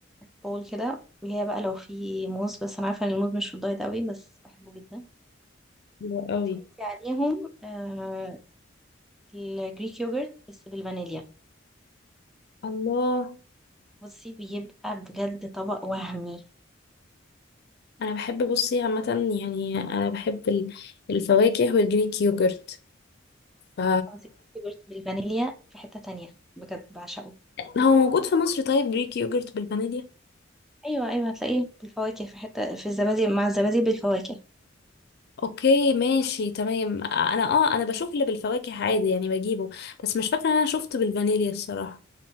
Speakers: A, in the centre; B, on the left.
A: بول كده وهي بقى لو في موز بس أنا عارفة إن الموز مش في الدايت قوي بس بحبه جدا
B: حلوة قوي
A: وتحطي عليهم آه الجريك يogurt بس بالفانيليا
B: الله
A: بصي بيبقى بجد طبق وهمي
B: انا بحب بصي عامه يعني انا بحب ال- الفواكه والجريك يوجرت ف
A: خلاص الجريك يogurt بالفانيليا في حتة تانية بجد بعشقه
B: هو موجود في مصر طيب جريك يوجرت بالفانيليا
A: أيوة أيوة هتلاقيه بالفواكه في حتة في الزبادي مع الزبادي بالفواكه
B: اوكي ماشي تمام انا اه انا بشوف اللي بالفواكه عادي يعني بجيبه بس مش فاكره ان انا شفت بالفانيليا الصراحه